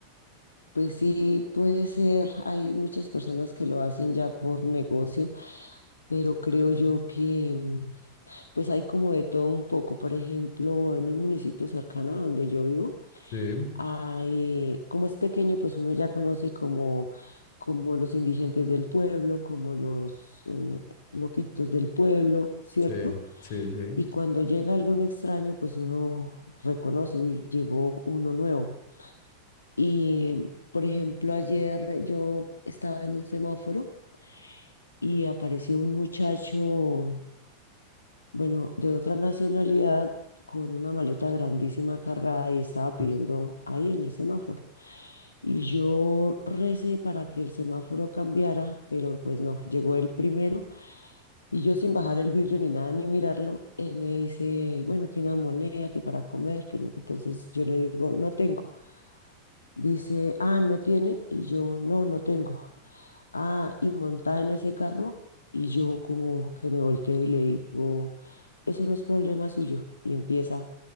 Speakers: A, on the left (about 75°); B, on the left (about 50°).
A: pues sí, puede ser, hay muchas personas que lo hacen ya por negocio, pero creo yo que mm, pues hay como de todo un poco. Por ejemplo, en un municipio cercano a donde yo vivo,
B: Sí,
A: Hay, como es pequeño, pues uno ya conoce como, como los indigentes del pueblo, como los eh, loquitos del pueblo, ¿cierto?
B: sí, sí, sí.
A: Y cuando llega algún extraño, pues uno reconoce, uy, llegó uno nuevo. Y, por ejemplo, ayer yo estaba en un semáforo y apareció un muchacho, bueno, de otra nacionalidad, con una maleta grandísima cargada y estaba
B: Uy,
A: pidiendo ahí en el semáforo. Y yo recé para que el semáforo cambiara, pero pues no, llegó el primero y yo sin bajar el vidrio ni nada ni mirarlo, él me dice, bueno, que una moneda, que para comer, que no". Entonces yo le digo, no tengo. Dice, ah, no tiene y yo, no, no tengo. Ah, y montada en ese carro y yo como que me volteo y le digo, eso no es problema suyo y empieza.